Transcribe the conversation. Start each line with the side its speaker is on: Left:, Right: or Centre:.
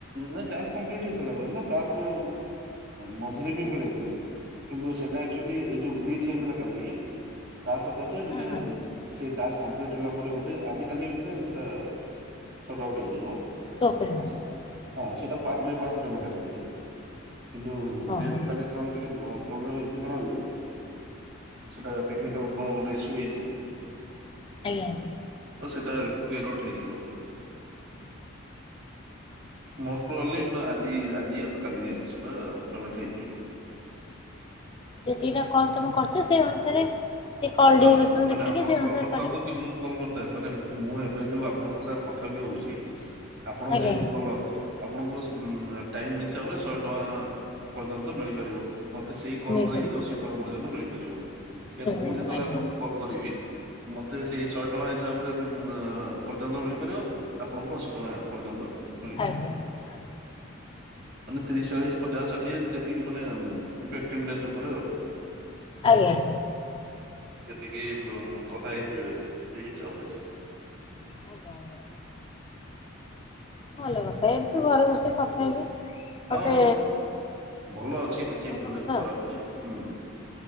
Right: ନା ଟାସ୍କ କଂପ୍ଲିଟ୍ ହୋଇସାରିଲା ପରେ ନୁହଁ ଟାକ୍ସ ମଝିରେ ବି ମିଳେ। କିନ୍ତୁ ସେଟା ଆଚୁଆଲି ଏଇ ଯୋଉ ଗ୍ଲିଚ ହେଇଥିଲା କାଲି ତା ସକାଶେ ଏବେ
Left: ହଁ
Right: ଯାଏ
Left: ହଁ।
Right: ସେ ଟାକ୍ସ କମ୍ପ୍ଲିଟ ହେଲା ପରେ ବୋଧେ ଆଜି କାଲି ଭିତରେ ସେଟା ସଟ ଆଉଟ୍ ହେଇଯିବ।
Left: <unintelligible>
Right: ଆସି ହଁ ସେଇଟା ପାର୍ଟ ବାଏ ପାର୍ଟ ପେମେଣ୍ଟ ଆସିଯାଏ କିନ୍ତୁ
Left: ଓହୋ
Right: ଯେହେତୁ କାଲି କଣ ଟିକେ ପ୍ରୋବ୍ଲେମ ହେଇଚି କଣ ସେଟା ଟେକନିକାଲ କଣ ଗୋଟେ ଇସୁ ହେଇଛି।
Left: ଆଜ୍ଞା।
Right: ତ ସେଇଟା କ୍ଲିୟର ଆଉଟ୍ ହେଇଯିବ। ମୋଷ୍ଟ ଓନ୍ଲି ଆଜି ଆଜି ୟା ତ କାଲି ସୁଦ୍ଧା ପେମେଣ୍ଟ ହେଇଯିବ।
Left: ଯେତିକିଟା କଲ୍ ତମେ କରିଛ ସେଇ ଅନୁସାରେ ସେ କଲ୍
Right: ହଁ
Left: ଡୁରେସନ
Right: ମାନେ
Left: ଦେଖିକି
Right: ଆପଣ
Left: ସେଇ
Right: କଲ୍
Left: ଅନୁସାରେ
Right: କରିଥାନ୍ତୁ
Left: କରିବ।
Right: କି ମୁଁ କଲ୍ କରିଥାଏ, ମାନେ ମୁଁ ଏବେ ଯୋଉ ଆପଣଙ୍କ ସାଙ୍ଗରେ କଥା ବି ହଉଛି ଆପଣ
Left: ଆଜ୍ଞା
Right: ଯେହେତୁ କଲର ଆପଣଙ୍କ
Left: ଆଜ୍ଞା
Right: ଟାଇମ୍ ହିସାବରେ ଶହେ ଟଙ୍କା ପର୍ଯ୍ୟନ୍ତ ମିଳିପାରିବ। ମତେ ସେଇ କଲରେ
Left: ମିଳିପାରିବ
Right: ହିଁ ଅଶୀ ଟଙ୍କା ପର୍ଯ୍ୟନ୍ତ ମିଳିପାରିବ। କାହିଁକିନା
Left: ମିଳିପାରିବ
Right: ମୁଁ ଯେତେବେଳେ
Left: ଆଜ୍ଞା
Right: ଆପଣଙ୍କୁ
Left: ଆଜ୍ଞା।
Right: କଲ୍ କରିବି ମୋତେ ସେଇ ଶହେ ଟଙ୍କା ହିସାବରେ ପର୍ଯ୍ୟନ୍ତ ମିଳିପାରିବ। ଆପଣଙ୍କୁ ଅଶୀ ଟଙ୍କା ପର୍ଯ୍ୟନ୍ତ ମିଳିପାରିବ।
Left: ଆଜ୍ଞା ଆଜ୍ଞା।
Right: ମାନେ ତିରିଶ ଚାଳିଶ ପଚାଶ ଷାଠିଏ ଯେତିକି ମାନେ
Left: ହଁ
Right: ଇଫେକ୍ଟିଭ୍ ନେସ ଉପରେ ଆଉ।
Left: ଆଜ୍ଞା।
Right: ଯେତିକି କଥା ହେଇଥିବେ ସେଇ ହିସାବରେ।
Left: ଆଜ୍ଞା ଆଜ୍ଞା। ଆଜ୍ଞା। ଭଲ କଥା ଏମିତି ଘରେ ବସି କଥା ହେଇକି ଗୋଟେ
Right: ହଁ ଭଲ ଅଛି କିଛି
Left: ଭଲ
Right: ମାନେ
Left: କଥା
Right: ଖରାପ ନାହିଁ ହୁଁ।